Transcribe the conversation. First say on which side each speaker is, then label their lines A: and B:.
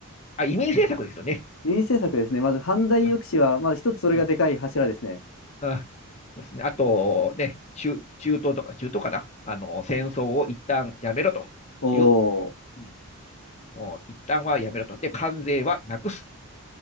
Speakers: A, on the left; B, on the left.
A: あ移民政策ですよね。
B: 移民政策ですね。まず、犯罪抑止は、
A: うん
B: まず一つそれがでかい柱ですね。
A: うんうんそうですね。あと、ね、中、中東とか、中東かな。あの、戦争を一旦やめろという。
B: おー。
A: うんもう一旦はやめろと。で、関税はなくす。